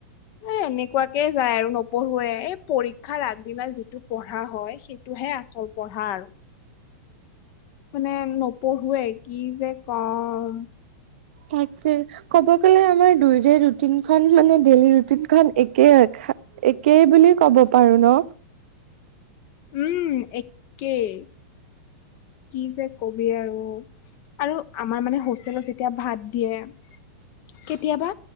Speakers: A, on the left (about 40°); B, on the right (about 60°).
A: এ এনেকুৱাকে যায় আৰু নপঢ়োৱে, পৰীক্ষাৰ আগদিনা যিটো পঢ়া হয় সেইটোহে আচল পঢ়া আৰু। মানে নপঢ়োৱে কি যে কম।
B: তাকে ক'ব গ'লে আমাৰ দুয়োৰে ৰুটিন খন মানে, ডেইলি ৰুটিন খন একে। একেই বুলি কব পাৰো ন?
A: উম। একেই। কি যে কবি আৰু, আৰু আমাৰ মানে হোষ্টেলত যেতিয়া ভাত দিয়ে, কেতিয়াবা